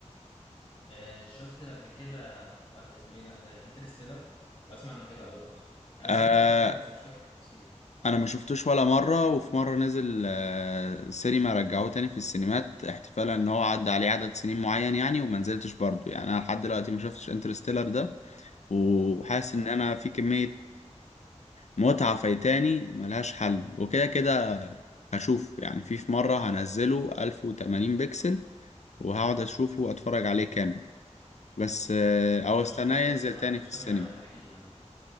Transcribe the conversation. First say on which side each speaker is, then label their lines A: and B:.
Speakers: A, on the left; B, on the left.
A: آه، شفت قبل كده ف- اسمه ايه ده آه، انترستيلر بسمع انه حلو قوي برضه انا
B: آه
A: سمعته قبل كده بس مش فاكر تفاصيل يعني
B: انا ما شفتوش ولا مرة وفي مرة نزل آه سينما رجعوه تاني في السينمات احتفالا ان هو عدى عليه عدد سنين معين يعني وما نزلتش برضه يعني انا لحد دلوقتي ما شفتش انترستيلر ده وحاسس
A: اه
B: ان انا في كمية متعة فايتاني ملهاش حل وكده كده هشوف يعني في في مرة هنزله 1080 بكسل وهقعد اشوفه واتفرج عليه كامل بس آه، او
A: ارشحه
B: استناه ينزل
A: لك بصراحه
B: تاني
A: انا مش
B: في السينما
A: فاكر قوي احكي لي انا